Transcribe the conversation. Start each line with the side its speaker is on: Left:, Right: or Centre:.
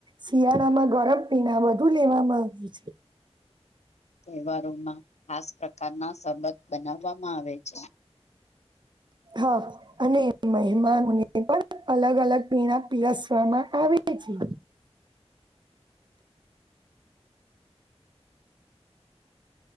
Right: શિયાળામાં ગરમ પીણા વધુ લેવા આમાં આવે છે
Left: તહેવારોમાં ખાસ પ્રકારના શરબત બનાવવામાં આવે છે
Right: હા અને મહેમાન અને પણ અલગ અલગ પીણા પીરસવામાં આવે છે